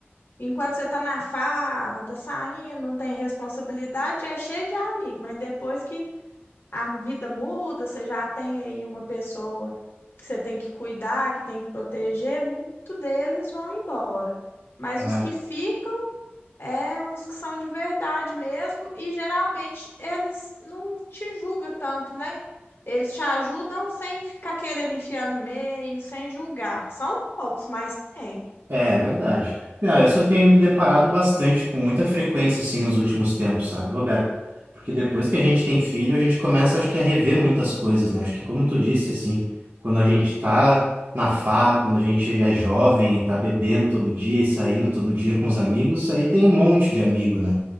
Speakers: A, on the left (about 60°); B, on the right (about 80°).
A: enquanto você tá na farra, tá saindo, não tem responsabilidade, é cheio de amigo, mas depois que a vida muda, você já tem aí uma pessoa que você tem que cuidar, que tem que proteger, muito deles vão embora. Mas
B: É,
A: os que ficam é os que são de verdade mesmo, e geralmente eles não te julgam tanto, né? Eles te ajudam sem ficar querendo enfiar no meio, sem julgar. São poucos, mas tem.
B: É verdade. Não, isso eu tenho me deparado bastante com muita frequência assim nos últimos tempos, sabe, Roberto? Porque depois que a gente tem filho, a gente começa, acho que, a rever muitas coisas, né? Acho que, como tu disse, assim, quando a gente tá na farra, quando a gente é jovem, tá bebendo todo dia e saindo todo dia com os amigos, isso aí tem um monte de amigo, né?